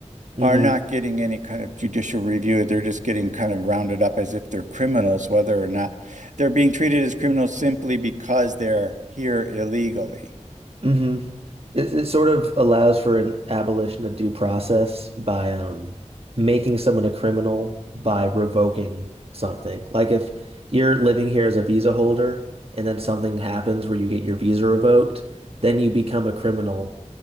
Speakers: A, on the right; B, on the right.
A: hmm
B: are not getting any kind of judicial review. They're just getting kind of rounded up as if they're criminals, whether or not they're being treated as criminals simply because they're here illegally.
A: hmm It, it sort of allows for an abolition of due process by um, making someone a criminal by revoking something. Like if you're living here as a visa holder and then something happens where you get your visa revoked, then you become a criminal